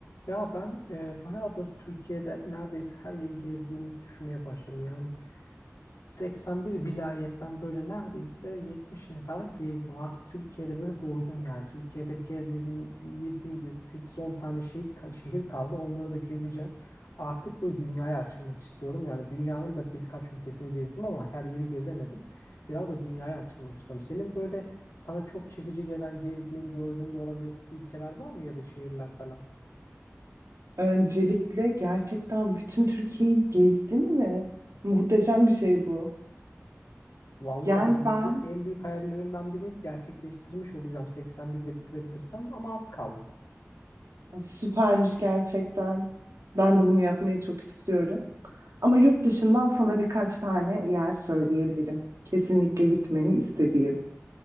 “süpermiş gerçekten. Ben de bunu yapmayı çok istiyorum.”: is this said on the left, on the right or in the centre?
Right